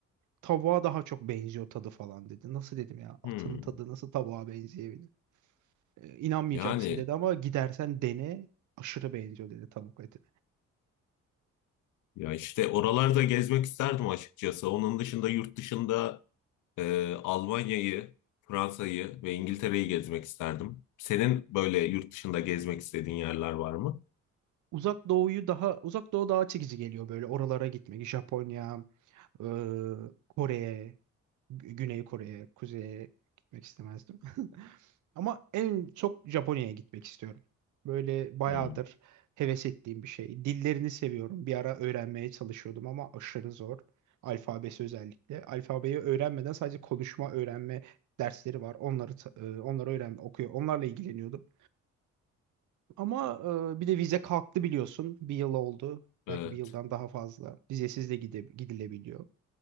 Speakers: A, on the right; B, on the left.
A: Tavuğa daha çok benziyor tadı falan dedi. Nasıl dedim ya?
B: Hmm.
A: Atın tadı nasıl tavuğa benzeyebilir? E, inanmayacaksın
B: Yani
A: dedi ama gidersen dene aşırı benziyor dedi tavuk eti.
B: ya işte oralarda gezmek isterdim açıkçası. Onun dışında yurt dışında Ee, Almanya'yı, Fransa'yı ve İngiltere'yi gezmek isterdim. Senin böyle yurt dışında gezmek istediğin yerler var mı?
A: Uzak doğuyu daha uzak doğu daha çekici geliyor böyle oralara gitmek. Japonya, Ee, Kore'ye, Gü- Güney Kore'ye, Kuzey'e gitmek istemezdim. <laughs> Ama en çok Japonya'ya gitmek istiyorum. Böyle bayağıdır
B: Hmm,
A: heves ettiğim bir şey. Dillerini seviyorum. Bir ara öğrenmeye çalışıyordum ama aşırı zor. Alfabesi özellikle. Alfabeyi öğrenmeden sadece konuşma öğrenme dersleri var. Onları ta- e, onları öğren okuyor. Onlarla ilgileniyordum. Ama e, bir de vize kalktı biliyorsun. Bir yıl oldu.
B: evet.
A: Belki bir yıldan daha fazla. Vizesiz de gide gidilebiliyor.